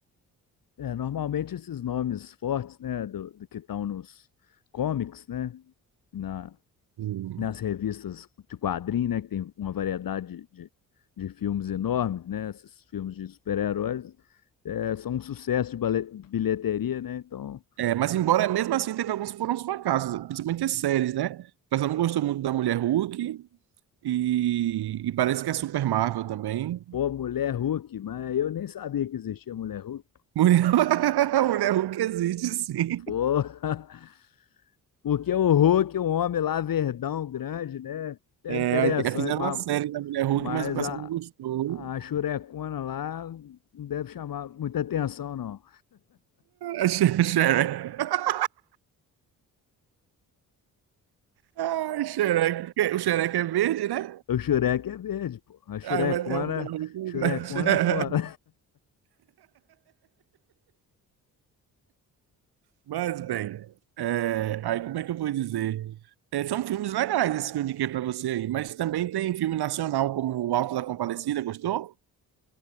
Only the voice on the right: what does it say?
Hum.
É, mas embora, mesmo assim, teve alguns que foram uns fracassos, principalmente as séries, né? O pessoal não gostou muito da Mulher Hulk, E, e parece que é Super Marvel também.
Mulher, <laughs> Mulher Hulk existe, sim.
É,
aí te- fizeram
uma série da Mulher Hulk,
mas o pessoal
não gostou.
<laughs>
Ah, She- Shrek. Ai, Shrek. Porque O Shrek é verde, né?
Aí vai ter a Mulher Hulk.
né? <laughs>
Mas, bem, é, aí como é que eu vou dizer? É, são filmes legais esses que eu indiquei para você aí, mas também tem filme nacional como O Alto da Compadecida, gostou?